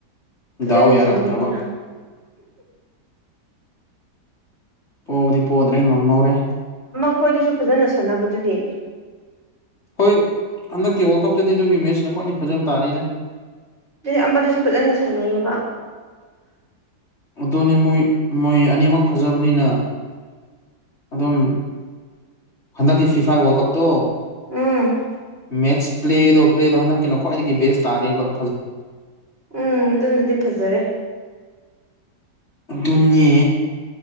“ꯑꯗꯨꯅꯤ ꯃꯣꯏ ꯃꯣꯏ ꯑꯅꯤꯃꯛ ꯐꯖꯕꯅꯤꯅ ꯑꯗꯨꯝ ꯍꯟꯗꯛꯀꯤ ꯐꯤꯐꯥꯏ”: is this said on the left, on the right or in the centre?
Left